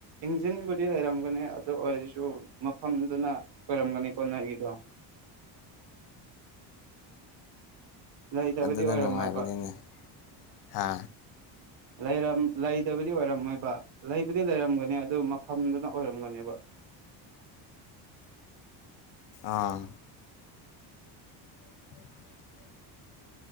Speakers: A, on the right; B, on the left.
A: ꯏꯟꯖꯤꯟꯕꯨꯗꯤ ꯂꯩꯔꯝꯒꯅꯤ ꯑꯗꯨ ꯑꯣꯏꯔꯁꯨ ꯃꯐꯝꯗꯨꯅ ꯑꯣꯏꯔꯝꯒꯅꯤ ꯀꯣꯅ ꯑꯩꯒꯤꯗꯣ ꯂꯩꯇꯕꯗꯤ
B: ꯑꯗꯨꯅ
A: ꯑꯣꯏꯔꯝꯃꯣꯏꯕ
B: ꯅꯨꯡꯉꯥꯏꯕꯅꯤꯅꯦ ꯍꯥ
A: ꯂꯩꯔꯝ ꯂꯩꯗꯕꯗꯤ ꯑꯣꯏꯔꯝꯃꯣꯏꯕ ꯂꯩꯕꯨꯗꯤ ꯂꯩꯔꯝꯒꯅꯤ ꯑꯗꯨ ꯃꯐꯝꯗꯨꯅ ꯑꯣꯏꯔꯝꯒꯅꯦꯕ꯫
B: ꯑꯥ <inaudible>